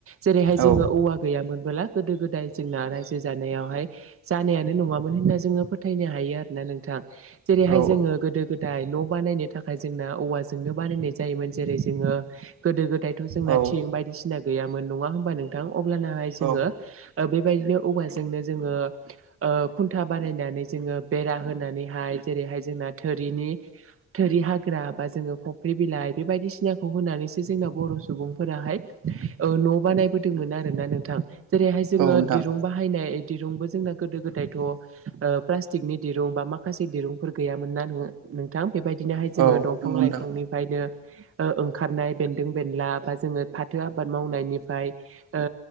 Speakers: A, on the right; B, on the right.
A: जेरैहाय जोङो
B: औ
A: औवा गैयामोनबोला गोदो गोदाय जोंना रायजो जानायावहाय जानायानो नङामोन होनना जोङो फोथायनो हायो आरोना नोंथां। जेरैहाय
B: औ
A: जोङो गोदो गोदाय न' बानायनो थाखाय जोंना औवा जोंनो बानायनाय जायोमोन। जेरै जोङो गोदो-गोदायथ' जोंना
B: औ
A: थिं बायदिसिना गैयामोन नङा होनबा नोंथां अब्लानाहाय जोंङो
B: औ
A: बेबायदिनो औवा जोंनो जोंङो ओ खुन्था बानायनानै जोंङो बेरा होनानैहाय जेरैहाय जोंना थोरिनि थोरि हाग्रा बा जोङो फुख्रि बिलाइ बे बायदिसिनाखौ होनानैसो जोंना बर' सुबुंफोराहाय ओ न' बानायबोदोंमोन आरो ना नोंथां जेरैहाय जोङो
B: औ नोंथां
A: दिरुं बाहायनाय दिरुंबो जोंना गोदो गोदायथ' ओ प्लास्टिकनि दिरुं बा मा खासे दिरुंफोर गैयामोन नोना नोंथां बेबायदिनोहाय जोङो
B: औ
A: दंफां
B: नंगौ नोंथां
A: लाइफांनिफ्रायनो ओ ओंखारनाय बेन्दों बेनला बा जोङो फाथो आबाद मावनायनिफ्राय ओ